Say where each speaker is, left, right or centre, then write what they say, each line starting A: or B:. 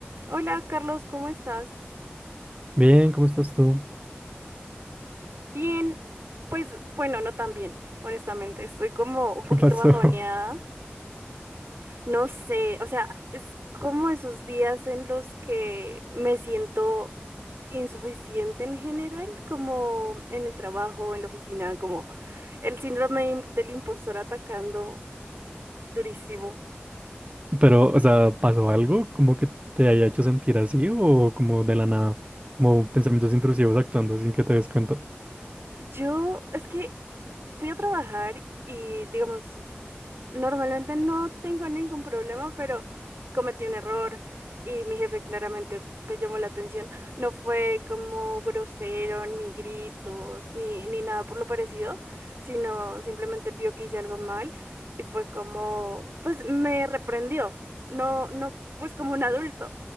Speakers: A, on the right; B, on the right.
A: Hola Carlos, ¿cómo estás?
B: Bien, ¿cómo estás tú?
A: Bien, pues bueno, no tan bien, honestamente. Estoy como un
B: ¿Qué
A: poquito
B: pasó?
A: bajoneada. No sé, o sea, es como esos días en los que me siento insuficiente en general, como en el trabajo, en la oficina, como el síndrome im- del impostor atacando durísimo.
B: <laughs> Pero, o sea, ¿pasó algo como que te haya hecho sentir así o como de la nada? Como pensamientos intrusivos actuando sin que te des cuenta.
A: Yo es que fui a trabajar y, digamos, Normalmente no tengo ningún problema, pero cometí un error y mi jefe claramente me llamó la atención. No fue como grosero, ni gritos, ni, ni nada por lo parecido, sino simplemente vio que hice algo mal y fue como, pues me reprendió, no, no, pues como un adulto,